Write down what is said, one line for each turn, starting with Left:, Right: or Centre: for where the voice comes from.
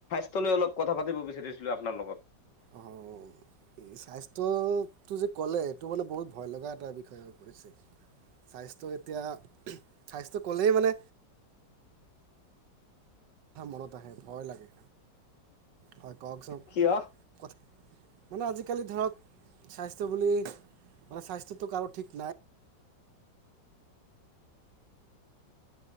Left: অতনি, অলপ পাতি বিচাৰিছিলোঁ অপোনাৰ লগত। <inaudible>
Right: অঁ স্বাস্থ্যটো যে ক'লে এইটো মানে বহুত ভয় লগা এটা বিষয় হৈ পৰিছে। স্বাস্থ্য এতিয়া স্বাস্থ্য ক'লেই মানে কথা মনত আহে ভয় লাগে হয়। কওকচোন।
Left: কিয়
Right: কথা মানে আজিকালি ধৰক স্বাস্থ্য বুলি মানে স্বাস্থ্যটো কাৰো ঠিক নাই।